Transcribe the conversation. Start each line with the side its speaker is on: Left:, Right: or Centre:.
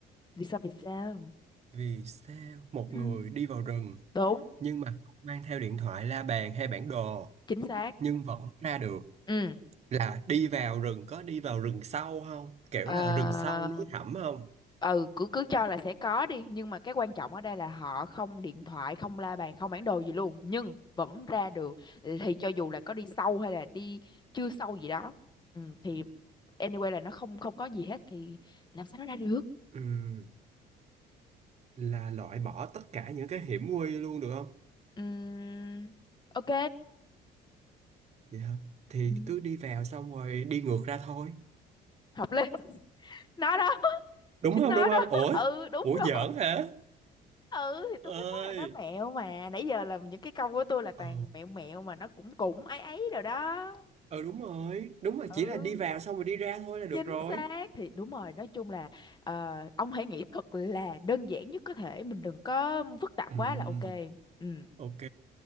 Left: vì sao vì sao
Right: Vì sao một
Left: ừ,
Right: người đi vào rừng
Left: đúng
Right: nhưng mà không mang theo điện thoại, la bàn hay bản đồ
Left: chính xác
Right: nhưng vẫn ra được
Left: ừ
Right: là đi vào rừng có đi vào rừng sâu không? Kiểu
Left: ờ,
Right: là rừng sâu núi thẳm không?
Left: ừ cứ cứ cho là sẽ có đi nhưng mà cái quan trọng ở đây là họ không điện thoại không la bàn không bản đồ gì luôn nhưng vẫn ra được thì cho dù là có đi sâu hay là đi chưa sâu gì đó ừ, thì anyway là nó không không có gì hết thì làm sao nó ra được
Right: Ừm, là loại bỏ tất cả những cái hiểm nguy luôn được không?
Left: Ừm, ok
Right: Vậy hả? Thì
Left: Ừ,
Right: cứ đi vào xong rồi đi ngược ra thôi.
Left: hợp lý <laughs> nó đó
Right: Đúng
Left: chính
Right: không?
Left: nó
Right: Đúng không?
Left: đó
Right: Ủa?
Left: <laughs> ừ đúng
Right: Ủa
Left: rồi
Right: giỡn hả?
Left: ừ thì tôi
Right: Ơi.
Left: mới nói là nó mẹo mà nãy giờ là những cái câu của tôi là toàn
Right: Ờ.
Left: mẹo mẹo mà nó cũng cũng ấy ấy rồi đó
Right: Ờ đúng rồi. Đúng rồi,
Left: ừ
Right: chỉ là đi vào xong rồi đi ra thôi là được
Left: chính
Right: rồi.
Left: xác thì đúng rồi nói chung là ờ, ông hãy nghĩ thật là đơn giản nhất có thể mình đừng có phức tạp
Right: Ừm,
Left: quá là ok ừ
Right: ok.